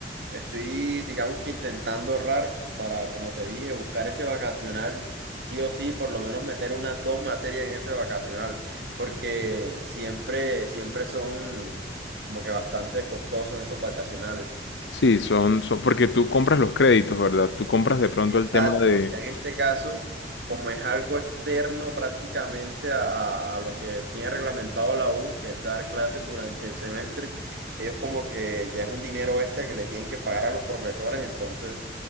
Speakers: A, on the right; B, on the left.
A: Estoy, digamos que intentando ahorrar para, como te dije, buscar ese vacacional, sí o sí, por lo menos meter unas dos materias en ese vacacional, porque siempre, siempre son como que bastante costosos esos vacacionales.
B: Sí, son, son, porque tú compras los créditos, ¿verdad? Tú compras de pronto
A: Exacto,
B: el tema de...
A: ya en este caso, como es algo externo prácticamente a, a- a lo que tiene reglamentado la U, que es dar clases durante el semestre, ellos como que ya es un dinero extra que le tienen que pagar a los profesores, entonces